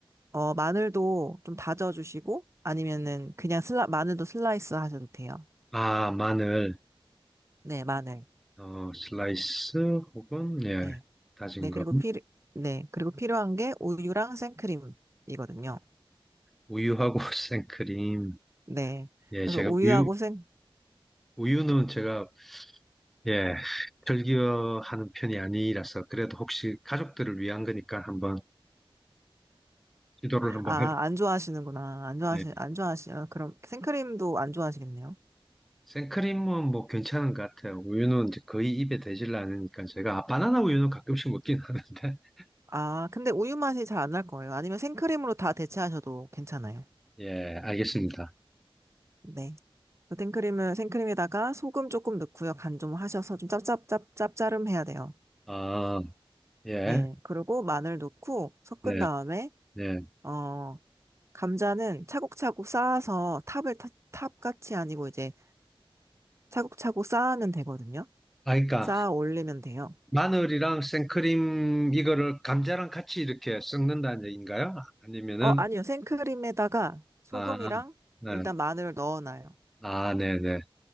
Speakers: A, on the right (about 30°); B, in the centre.
A: 어, 마늘도 좀 다져주시고, 아니면은 그냥 슬라, 마늘도 슬라이스 하셔도 돼요.
B: 아, 마늘.
A: 네, 마늘.
B: 어, 슬라이스 혹은 예,
A: 네.
B: 다진
A: 네,
B: 거.
A: 그리고 필요, 네, 그리고 필요한 게 우유랑 생크림이거든요.
B: 우유하고 <laughs> 생크림.
A: 네.
B: 예,
A: 그래서
B: 제가
A: 우유하고
B: 우유
A: 생,
B: 우유는 제가 예, 즐겨하는 편이 아니라서 그래도 혹시 가족들을 위한 거니까 한번 시도를 한번
A: 아,
B: 해.
A: 안 좋아하시는구나. 안 좋아하시,
B: 예.
A: 안 좋아하시, 아, 그럼 생크림도 안 좋아하시겠네요.
B: 생크림은 뭐 괜찮은 것 같아요. 우유는 이제 거의 입에 대질 않으니까 제가 아, 바나나 우유는 가끔씩 먹긴 하는데 <laughs>
A: 아, 근데 우유 맛이 잘 안 날 거예요. 아니면 생크림으로 다 대체하셔도 괜찮아요.
B: 예, 알겠습니다.
A: 네. 그 생크림을, 생크림에다가 소금 조금 넣고요. 간 좀 하셔서 좀 짭짭짭, 짭짜름 해야 돼요.
B: 아, 예,
A: 네. 그리고 마늘 넣고 섞은
B: 예,
A: 다음에,
B: 예.
A: 어, 감자는 차곡차곡 쌓아서 탑을 타- 탑같이 아니고 이제 차곡차곡 쌓으면 되거든요.
B: 아, 그러니까
A: 쌓아 올리면 돼요.
B: 마늘이랑 생크림 이거를 감자랑 같이 이렇게 섞는다는 얘기인가요? 아니면은
A: 어, 아니요. 생크림에다가 소금이랑
B: 아, 네.
A: 일단 마늘을 넣어놔요.
B: 아, 네, 네.